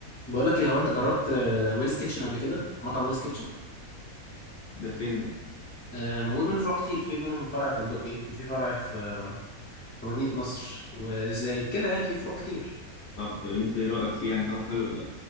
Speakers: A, on the left; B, on the left.
A: بقول لك ايه هو انت جربت آه، ويلز كيتشن قبل كده مطعم ويلز كيتشن
B: ده فين ده
A: آه، موجود منه فروع كتير في منهم فرع في الدقي وفي فرع في آه، في مدينة نصر وزايد كده يعني في فروع كتير
B: طب انت ايه رأيك فيه يعني طعمه حلو ولا لا